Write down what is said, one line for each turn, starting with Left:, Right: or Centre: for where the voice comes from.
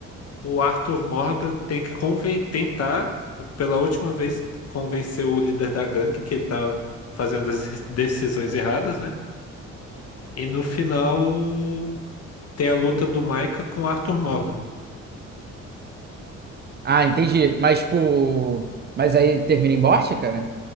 Left: o Arthur Morgan tem que conven- tentar, pela última vez, convencer o líder da gangue que ele tá fazendo as decisões erradas, né? E no final, tem a luta do Micah com o Arthur Morgan.
Right: Ah, entendi. Mas, tipo. Mas aí termina em morte, cara?